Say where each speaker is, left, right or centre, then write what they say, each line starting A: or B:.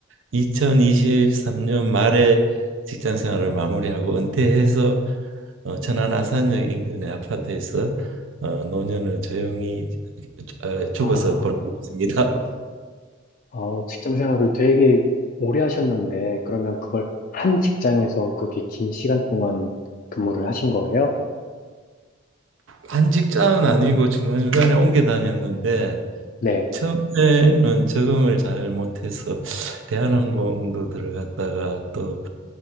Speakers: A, on the right; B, on the left.
A: 2023년 말에 직장 생활을 마무리하고 은퇴해서 어, 천안 아산역 인근의 아파트에서 어, 노년을 조용히 어, 죽어서
B: 아,
A: 보내고 있습니다. <laughs>
B: 어, 직장 생활을 되게 오래 하셨는데, 그러면 그걸 한 직장에서 그렇게 긴 시간 동안 근무를 하신 거예요?
A: 한 직장은 아니고 중간중간에 옮겨 다녔는데
B: 네.
A: 처음에는 적응을 잘 못해서 대한항공도 들어갔다가 또